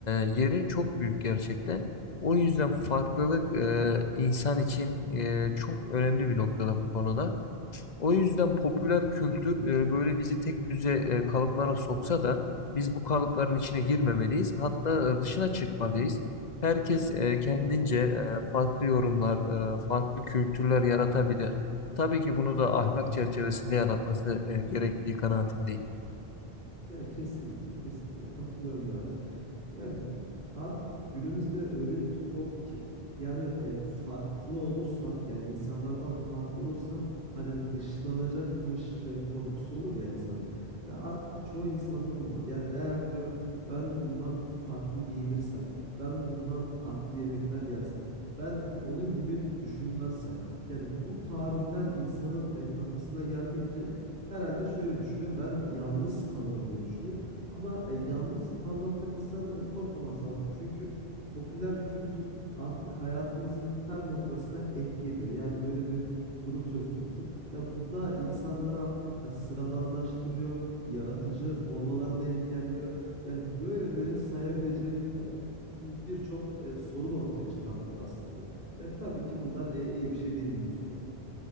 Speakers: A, on the left; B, on the right.
A: yeri çok büyük gerçekten. O yüzden farklılık e, insan için e, çok önemli bir noktada bu konuda. O yüzden popüler kültür e, böyle bizi tek düze e, kalıplara soksa da biz bu kalıpların içine girmemeliyiz. Hatta e, dışına çıkmalıyız. Herkes e, kendince e, farklı yorumlar, e, farklı kültürler yaratabilir. Tabii ki bunu da ahlak çerçevesinde yaratması e, gerektiği kanaatindeyim.
B: Ya kesinlikle kesinlikle katılıyorum yani. Yani artık günümüzde öyle bir durum oldu ki yani e, farklı olursam yani insanlardan farklı olursam hani dışlanacakmış e, korkusu olur ya insanda. Ya artık çoğu insanda bu var. Yani eğer diyor ben bundan farklı giyinirsem, ben bundan farklı yemekler yersem, ben e, onun gibi düşünmezsem. Yani bu tabirler insanın e, kafasına geldikçe herhalde şöyle düşünüyor. Ben yalnız kalırım diye düşünüyor. Ama e, yalnız kalmaktan insan e, korkmaması lazım. Çünkü popüler kültür artık hayatımızın her noktasına etki ediyor. Yani böyle bir durum söz konusu. Ya bu da insanları artık e, sıradanlaştırıyor, yaratıcı olmalarını engelliyor. Yani böyle böyle sayabileceğim e, birçok e, sorun ortaya çıkartıyor aslında. Ya tabii ki bunlar e, iyi bir şey değil günün sonunda.